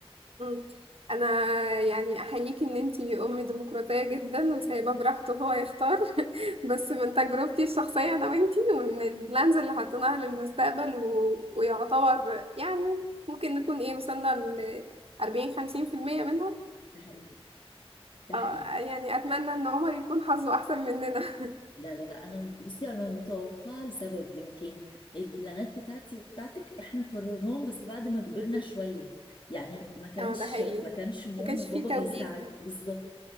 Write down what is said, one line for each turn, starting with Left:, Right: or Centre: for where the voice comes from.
Right: مم. انا يعني احييكي ان انتي ام ديمقراطيه جدا وسايباه براحته هو يختار <laughs> بس من تجربتي الشخصيه انا وانتي ومن البلانز اللي حاطيناها للمستقبل و... ويعتبر يعني ممكن نكون ايه وصلنا ل 40 50% منها
Left: ده حقيقي ده
Right: اه
Left: حقيقي
Right: يعني اتمنى ان عمر يكون حظه احسن مننا <laughs>
Left: لا لا لا انا بصي انا متوقعه لسبب يمكن البلانات بتاعتي وبتاعتك احنا قررناهم بس بعد ما كبرنا شويه يعني ما كانش
Right: اه ده حقيقي
Left: ما كانش ماما
Right: ما كانش
Left: وبابا
Right: فيه توجيه
Left: بيساعد بالظبط